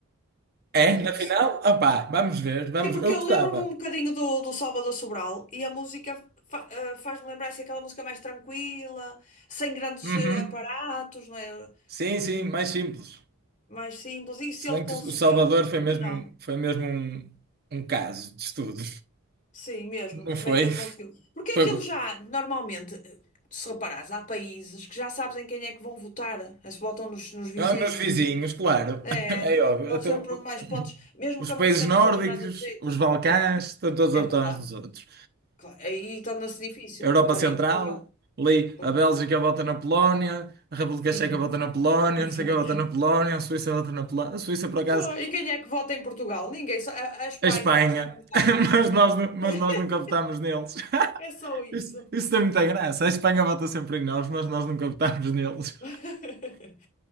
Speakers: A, on the right; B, on the left.
A: É,
B: Acredito
A: na final?
B: que sim.
A: Ah, pá, vamos ver, vamos,
B: E porque
A: eu
B: eu
A: gostava.
B: lembro-me um bocadinho do, do Salvador Sobral e a música fa- eh, faz-me lembrar assim, aquela música mais tranquila, sem grandes
A: Uhum.
B: eh, aparatos, não é?
A: Sim, sim, mais simples.
B: Mais simples. E
A: Se
B: se ele
A: bem que
B: conseguiu,
A: o Salvador foi
B: por
A: mesmo,
B: que não?
A: foi mesmo um, um caso de estudo.
B: Sim, mesmo.
A: Não
B: Como
A: foi?
B: é que ele conseguiu? Porque
A: Foi.
B: aquilo
A: bo-
B: já, normalmente, eh, se reparares, há países que já sabes em quem é que vão votar. Eh, Se votam nos, nos vizinhos.
A: Ah, nos vizinhos,
B: no-
A: claro.
B: É,
A: <coughs> <laughs> É óbvio.
B: dão
A: Então,
B: sempre mais pontos, mesmo
A: Os
B: que a
A: países
B: música não
A: nórdicos,
B: seja nada de jeito.
A: os Balcãs,
B: É,
A: estão todos
B: é
A: atrás
B: verdade.
A: dos outros.
B: Claro, aí torna-se difícil
A: A Europa
B: votarem
A: Central,
B: em Portugal.
A: ali
B: Pois.
A: a Bélgica vota na Polónia, a República
B: <laughs>
A: Checa vota na Polónia,
B: Exato.
A: não sei quem vota na Polónia, a Suíça vota na Polónia. A Suíça, por acaso,
B: Bom, E quem é que vota em Portugal? Ninguém. Só- A, a Espanha
A: a Espanha.
B: costuma nos dar
A: <laughs>
B: pontos,
A: Mas
B: não
A: nós,
B: é?
A: nu-
B: <laughs>
A: mas nós nunca votámos neles. <laughs>
B: É só isso.
A: Isso, isso tem muita graça. A Espanha vota sempre em nós, mas nós nunca votámos neles.
B: <laughs>